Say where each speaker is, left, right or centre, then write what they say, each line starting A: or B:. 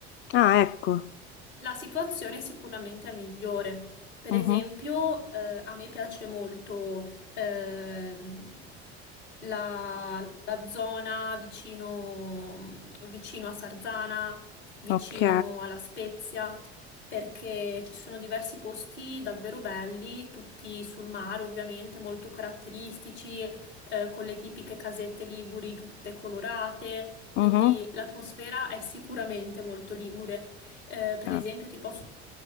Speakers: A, on the left (about 35°); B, on the left (about 80°).
A: Ah, ecco.
B: la situazione sicuramente è migliore. Per
A: Mhm.
B: esempio, eh, a me piace molto ehm, la, la zona vicino, vicino a Sarzana, vicino
A: Ok.
B: alla Spezia, perché ci sono diversi posti davvero belli, tutti sul mare ovviamente, molto caratteristici, eh, con le tipiche casette liguri tutte colorate, quindi
A: Mhm.
B: l'atmosfera è sicuramente molto ligure. Eh, per
A: Ah,
B: esempio, ti posso